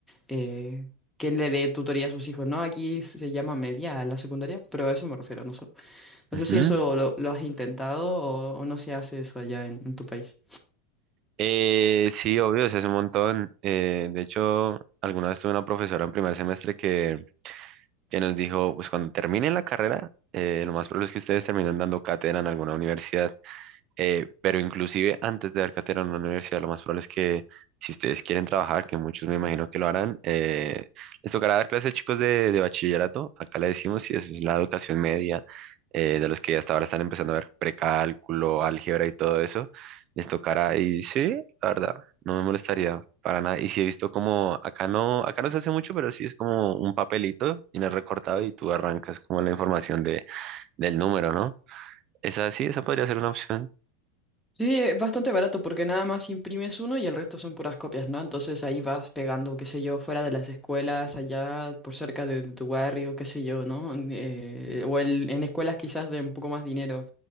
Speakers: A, in the centre; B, on the right.
A: eh, que le dé tutoría a sus hijos, ¿no? Aquí se llama media a la secundaria, pero a eso me refiero, no, sé no
B: ujú.
A: sé si eso lo, lo has intentado o, o no se hace eso allá en, en tu país.
B: Eh, sí, obvio, se hace un montón. Eh, de hecho, alguna vez tuve una profesora en primer semestre que, que nos dijo, pues cuando terminen la carrera, eh, lo más probable es que ustedes terminen dando cátedra en alguna universidad. Eh, pero inclusive antes de dar cátedra en una universidad, lo más probable es que si ustedes quieren trabajar, que muchos me imagino que lo harán, eh, les tocará dar clases a chicos de, de bachillerato, acá le decimos, y eso es la educación media, eh, de los que hasta ahora están empezando a ver precálculo, álgebra y todo eso, les tocará, y sí, la verdad, no me molestaría para nada, y si he visto como, acá no, acá no se hace mucho, pero sí es como un papelito, tienes recortado y tú arrancas como la información de, del número, ¿no? Esa sí, esa podría ser una opción.
A: Sí, es bastante barato porque nada más imprimes uno y el resto son puras copias, ¿no? Entonces ahí vas pegando, qué sé yo, fuera de las escuelas, allá por cerca de, de tu barrio, qué sé yo, ¿no? Eh, o el- en escuelas quizás de un poco más dinero.